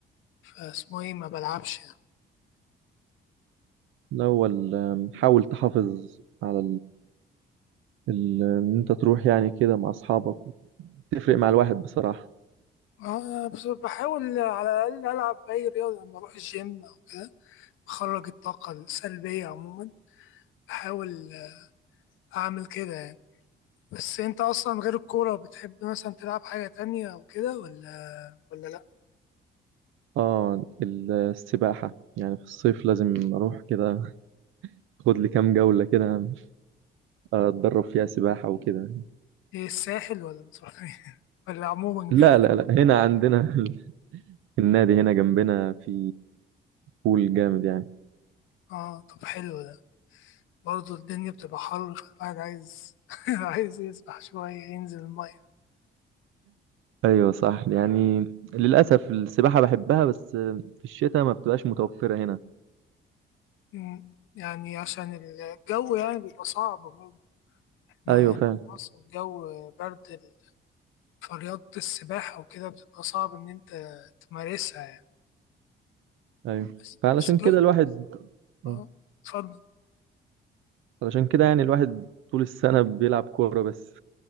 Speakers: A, on the left; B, on the right.
A: فاسمه إيه ما بلعبش يعني
B: الاول آم، حاول تحافظ على ال- ان انت تروح يعني كده مع اصحابك تفرق مع الواحد بصراحة
A: آه، بس بحاول على الأقل ألعب أي رياضة لما بروح الجيم أو كده بخرج الطاقة السلبية عموما بحاول آه، أعمل كده يعني بس أنت أصلا غير الكورة بتحب مثلا تلعب حاجة تانية أو كده ولا ولا لأ؟
B: اه السباحة يعني في الصيف لازم اروح كده خد لي كام جولة كده اتدرب فيها سباحة وكده
A: إيه الساحل ولا بتروح فين؟ <laughs> ولا عموما
B: لا
A: جولة؟
B: لا لا هنا عندنا <laughs> النادي هنا جنبنا في بول جامد يعني
A: آه طب حلو ده برضه الدنيا بتبقى حر فالواحد عايز <laughs> عايز يسبح شوية ينزل المية
B: ايوه صح يعني للاسف السباحة بحبها بس في الشتاء ما بتبقاش متوفرة هنا
A: مم. يعني عشان الجو يعني بيبقى صعب برضه احنا
B: ايوه
A: هنا
B: فعلا
A: في مصر الجو برد فرياضة السباحة وكده بتبقى صعب إن أنت تمارسها يعني
B: ايوه
A: بس
B: فعلشان
A: بس دول
B: كده الواحد
A: اه
B: آه،
A: اتفضل
B: علشان كده يعني الواحد طول السنة بيلعب كورة بس